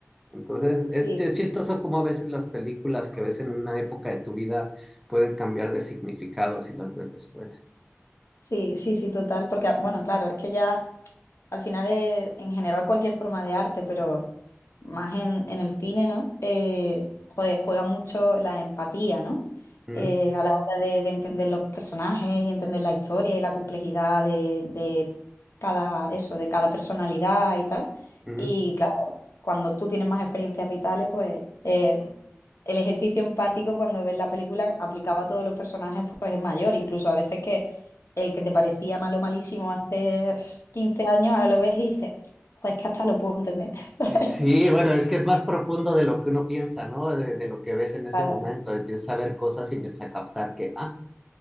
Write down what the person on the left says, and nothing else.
Sí,
Sí, sí, sí, total, porque ah, bueno, claro, es que ya al final es en general cualquier forma de arte, pero más en, en el cine, ¿no? Eh, jue- juega mucho la empatía, ¿no?
Eh, a la hora de, de entender los personajes y entender la historia y la complejidad de, de cada eso, de cada personalidad y tal.
Y claro, cuando tú tienes más experiencias vitales, pues eh, el ejercicio empático cuando ves la película aplicaba a todos los personajes, pues es mayor, incluso a veces que el que te parecía malo, malísimo hace 15 años, ahora lo ves y dices, joder, es que hasta lo puedo entender. <laughs>
Claro,